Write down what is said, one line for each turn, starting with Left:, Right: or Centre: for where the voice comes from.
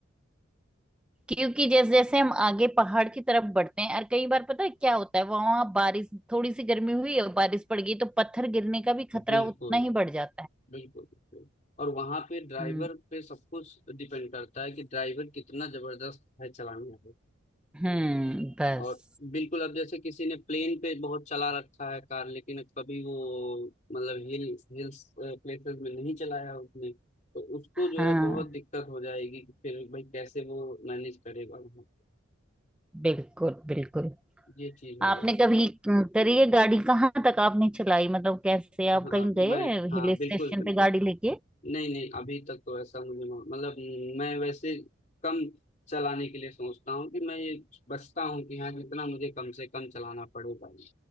Centre: क्योंकि जैसे जैसे हम आगे पहाड़ की तरफ बढ़ते हैं और कई बार पता है क्या होता है वहां बारिश थोड़ी सी गर्मी हुई और बारिश पड़ गई तो पत्थर गिरने का भी खतरा
Left: बिल्कुल
Centre: उतना ही बढ़ जाता
Left: बिल्कुल बिल्कुल और वहां पे ड्राइवर
Centre: है
Left: पे सब कुछ डिपेंड करता है कि ड्राइवर कितना जबरदस्त है चलाने में
Centre: हम्म बस
Left: और बिल्कुल अब जैसे किसी ने प्लेन पे बहुत चला रखा है कार लेकिन कभी वो मतलब हिल हिल्स प्लेसेस में नहीं चलाया उसने तो उसको
Centre: हाँ
Left: जो है बहुत दिक्कत हो जाएगी कि फिर भाई कैसे वो मैनेज करेगा वहाँ पे।
Centre: बिल्कुल बिल्कुल
Left: ये चीज हो
Centre: आपने
Left: जाती
Centre: कभी करी है गाड़ी कहाँ तक आपने चलाई मतलब कैसे आप
Left: हाँ
Centre: कहीं गए
Left: मैं हाँ
Centre: हिल
Left: बिल्कुल
Centre: स्टेशन
Left: बिल्कुल
Centre: पे गाड़ी लेके
Left: नहीं नहीं अभी तक तो ऐसा मुझे मौ- मतलब मैं वैसे कम चलाने के लिए सोचता हूँ कि मैं ये बचता हूँ कि हाँ जितना मुझे कम से कम चलाना पड़ेगा ये,